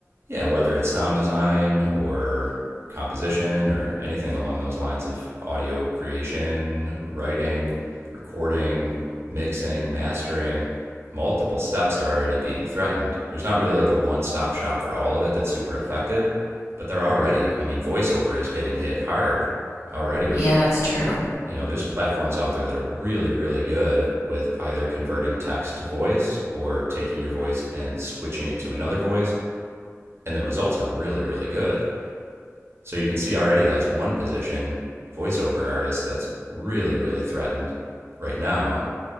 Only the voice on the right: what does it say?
Yeah, whether it's sound design or composition or anything along those lines of audio creation, writing, recording, mixing, mastering, multiple steps are already being threatened. There's not really like a one stop shop for all of it that's super effective, but they're already, I mean, voiceover is getting hit hard already with,
you know, there's platforms out there that are really, really good with either converting text to voice or taking your voice and switching it to another voice and the results are really, really good. So you can see already that's one position, voiceover artist, that's really, really threatened right now.